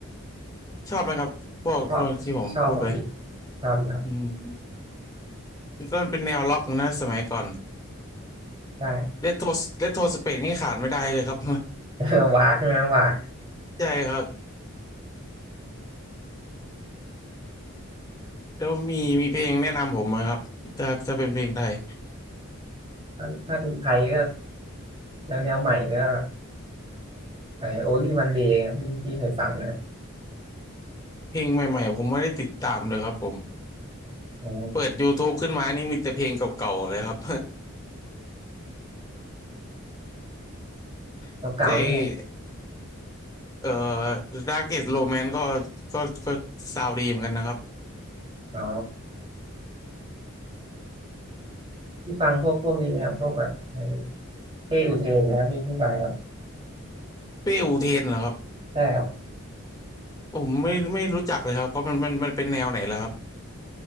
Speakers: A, on the left; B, on the right.
A: ชอบไหมครับพวกพวกที่ผมพูดไป
B: ชอบชอบครับพี่ชอบอยู่ครับ
A: อืมนี่ก็เป็นแนวล็อกนะสมัยก่อน
B: ใช่
A: เลโทเลโทสเปกนี่ขาดไม่ได้เลยครับ
B: <laughs> วากใช่ไหมวาก
A: <laughs> ใช่ครับแล้วมีมีเพลงแนะนำผมไหมครับถ้าถ้าเป็นเพลงไทย
B: ถ้าถ้าเป็นไทยก็แนวแนวใหม่ก็ไอโอลี่มันเดย์พี่พี่เคยฟังไหมครับ
A: เพลงใหม่ๆผมไม่ได้ติดตามเลยครับผม
B: อ๋อ
A: เปิด YouTube ขึ้นมานี่มีแต่เพลงเก่าๆเลยครับ <laughs>
B: เก่าๆนี่ผม
A: ใจเอ่อ Darkest Romance ก็ก็ก็ซาวด์ดีเหมือนกันนะครับ
B: อ๋อพี่ฟังพวกพวกนี้ไหมครับพวกแบบไอ้เป้อุเทนนะครับพี่พี่ฟังครับ
A: เป้อูเทนเหรอครับ
B: ใช่ครับ
A: ผมไม่ไม่รู้จักเลยครับเขามันมันมันเป็นแนวไหนแล้วครับ